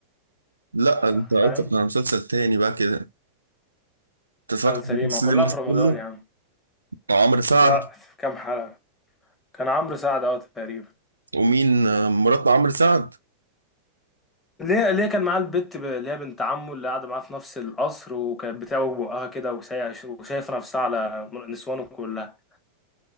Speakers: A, on the right (about 75°); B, on the left (about 15°).
A: لا
B: آه،
A: انت
B: فاهم
A: قصدك على مسلسل تاني بقى كده انت اتفرجت
B: مسلسل
A: على
B: ايه
A: مسلسل
B: ما كلها
A: الناس
B: في
A: كله
B: رمضان يا عم
A: عمرو سعد
B: لا كام حلقه كان عمرو سعد اه تقريبا
A: ومين آه، مرات عمرو سعد
B: ليه ليه كان معاه البت ب- اللي هي بنت عمه اللي قاعده معاه في نفس القصر وكانت بتعوج بقها كده وسايع- وشايفه نفسها على نسوانه كلها